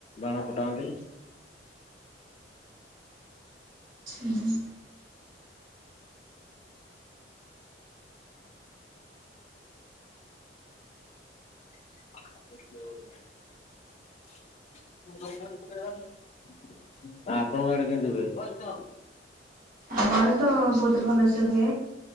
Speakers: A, on the left (about 35°); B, on the right (about 50°).
A: ବାଣ ଫୁଟାନ୍ତି।
B: ହୁଁ ହୁଁ।
A: <unintelligible> ଆଉ ଆପଣଙ୍କ ଆଡେ କେମିତି ହୁଏ <unintelligible>
B: ଆମ ଆଡେ ତ ବୋହୁତୁ ଭଲ ସେ ହୁଏ